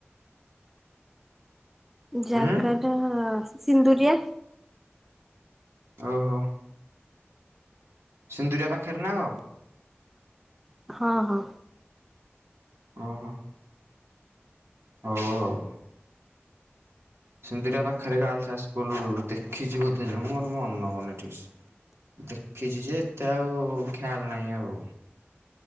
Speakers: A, in the centre; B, on the right.
A: ଜାଗା
B: ହୁଁ।
A: ଟା ସିନ୍ଦୁରିଆ?
B: ଓହୋ। ସିନ୍ଦୁରିଆ ପାଖରେ ନା କଣ?
A: ହଁ ହଁ।
B: ଓହୋ। ହଉ ଆଉ। ସିନ୍ଦୁରିଆ ପାଖରେ ଗାର୍ଲସ ସ୍କୁଲ ଦେଖିଛି ବୋଧେ ଯେ ମୋର ମନେ ପଡୁନି ଠିକ ସେ। ଦେଖିଛି ଯେ ଏତେ ଆଉ ଖି୍ୟାଲ ନାହିଁ ଆଉ।